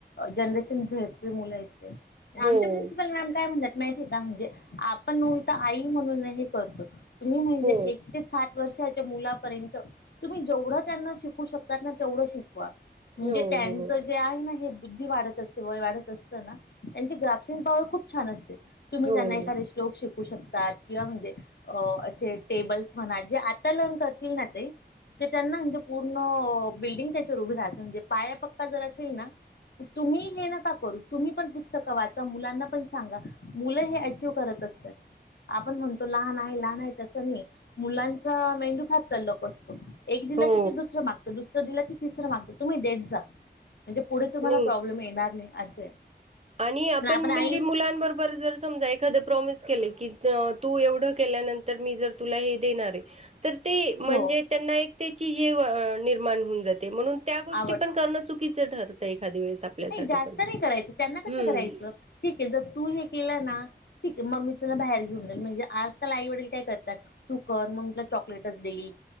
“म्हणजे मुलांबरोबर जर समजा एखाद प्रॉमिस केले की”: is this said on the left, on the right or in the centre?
Right